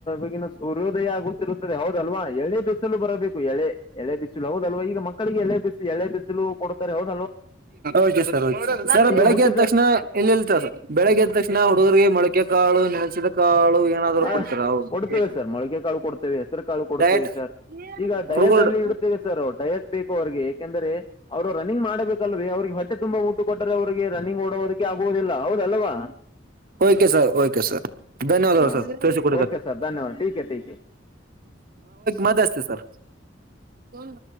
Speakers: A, on the left (about 25°); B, on the right (about 50°).
A: ಈಗಿನ ಸೂರ್ಯೋದಯ ಆಗುತ್ತಿರುತ್ತದೆ ಹೌದಲ್ವಾ ಏಳಿ ಬಿ ಸಲು ಬರಬೇಕು ಎಳೆ ಎಳೆ ಬಿಸಿಲು ಹೌದು ಅಲ್ವಾ ಈಗ ಮಕ್ಕಳಿಗೆ ಎಳೆ ಬಿಸಿಲು ಎಳೆ ಬಿಸಿಲು ಕೊಡ್ತಾರೆ ಹೌದ
B: ಓಕೆ ಸರ್ ಓಕೆ ಸರ್
A: ಈಗ
B: ಬೆಳಿಗ್ಗೆ
A: ಹುಟ್ಟಿದ
B: ಎದ್ದ ತಕ್ಷಣ ಇಲ್ಲ ಇಲ್ಲ ಸರ್ ಬೆಳಿಗ್ಗೆದ್ದ ತಕ್ಷಣ ಹುಡುಗರ್ಗೆ ಮೊಳಕೆ ಕಾಳು ಕಾಳು ಏನಾದ್ರು
A: ಹಾ
B: ಕೊಡ್ತೀರಾ ಅವ್ರಿಗೆ
A: ಕೊಡ್ತೇವೆ ಸರ್ ಮೊಳಗೆ ಕಾಳು ಕೊಡ್ತೇವೆ ಹೆಸರು ಕಾಳು ಕೊಡ್ತೇವೆ
B: ಡಯಟ್
A: ಸರ್ ಈಗ ಡಯಟ್
B: ಹುಡುಗರು
A: ಅಲ್ಲಿ ಇಡುತ್ತೇವೆ ಸರ್ ಡಯಟ್ ಬೇಕು ಅವ್ರಿಗೆ ಯಏಕೆಂದ್ರೆ ಅವರು ರನ್ನಿಂಗ್ ಮಾಡ್ಬೇಕಲ್ರೀ ಅವ್ರಿಗೆ ತುಂಬ ಊಟ ಕೊಟ್ಟರೆ ಅವ್ರಿಗೆ ರನ್ನಿಂಗ್ ಓಡೋವರಿಗೆ ಆಗುವುದಿಲ್ಲ ಹೌದಲ್ವಾ
B: ಓಕೆ ಸರ್ ಓಕೆ ಸರ್ ಬೆನ್ದ
A: ಹಾಂ
B: ಸರ್ ತಿಳಸ ಕೊಡ
A: ಓಕೆ ಸರ್ ಧನ್ಯವಾದ ಟೀಕ್ ಹೈ ಟೀಕ್ ಹೈ
B: ಮದ ಅಸ್ತಿ ಸರ್ ಹನ್